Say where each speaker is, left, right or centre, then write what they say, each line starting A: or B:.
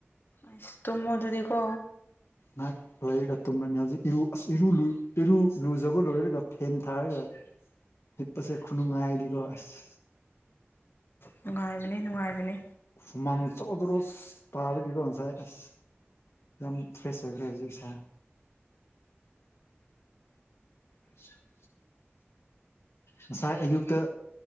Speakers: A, on the left; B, on the left.
A: ꯑꯁ ꯇꯨꯝꯃꯣ ꯑꯗꯨꯗꯤꯀꯣ
B: ꯉꯥꯛ ꯂꯣꯏꯔꯒ ꯇꯨꯝꯃꯅꯤ ꯍꯧꯖꯤꯛ ꯏꯔꯨ ꯑꯁ ꯏꯔꯨ ꯏꯔꯨ ꯂꯨꯖꯕ ꯂꯣꯏꯔꯒ ꯐꯦꯟ ꯊꯥꯔꯒ ꯍꯤꯞꯄꯁꯦ ꯈꯨꯅꯨꯡꯉꯥꯏꯗꯤꯀꯣ ꯑꯁ
A: ꯅꯨꯡꯉꯥꯏꯕꯅꯦ ꯅꯨꯡꯉꯥꯏꯕꯅꯦ
B: ꯍꯨꯃꯥꯡ ꯖꯣꯔꯣ ꯖꯣꯔꯣ ꯇꯥꯕꯒꯤꯀꯣ ꯉꯁꯥꯏ ꯑꯁ ꯌꯥꯝ ꯐ꯭ꯔꯦꯁ ꯑꯣꯏꯈ꯭ꯔꯦ ꯍꯧꯖꯤꯛ ꯁꯦ <unintelligible> ꯉꯁꯥꯏ ꯑꯌꯨꯛꯇ